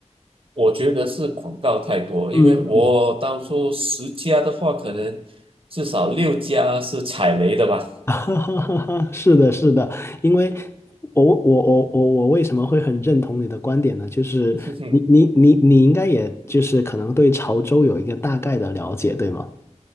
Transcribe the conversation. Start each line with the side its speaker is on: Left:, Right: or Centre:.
Right: 我觉得是广告太多，
Left: 嗯嗯。
Right: 因为我到时候十家的话，可能至少六家是踩雷的吧。
Left: <laughs> 是的，是的，因为我我我我我为什么会很认同你的观点呢？就是你你你你应该也就是可能对潮州有一个大概的了解，
Right: <laughs>
Left: 对吗？